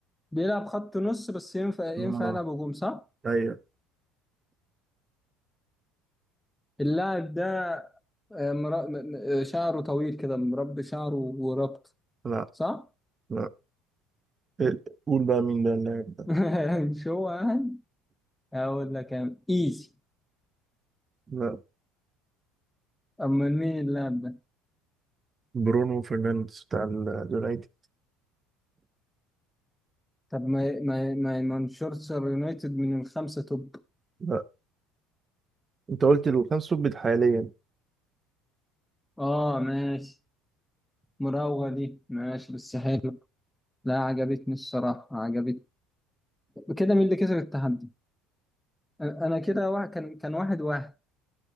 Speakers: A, in the centre; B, on the right (about 30°).
A: بيلعب خط نص بس ينفع ينفع
B: آه
A: يلعب هجوم صح
B: أيوة
A: اللاعب ده آه مرا... م- م- آه، شعره طويل كده مربي شعره وربط
B: لا
A: صح
B: لا إيه، قول بقى مين ده اللاعب ده
A: <laughs> مش هو يعني هقول لك ايزي
B: لا
A: أما مين اللاعب ده؟
B: برونو فرنانديز بتاع اليونايتد
A: طب ما ما ما مانشستر يونايتد من الخمسة توب
B: لا أنت قلت له كان سبت حاليا
A: آه ماشي مراوغة دي ماشي بس حلو لا عجبتني الصراحة عجبتني كده مين اللي كسب التحدي؟ أنا أنا كده واحد كان كان واحد واحد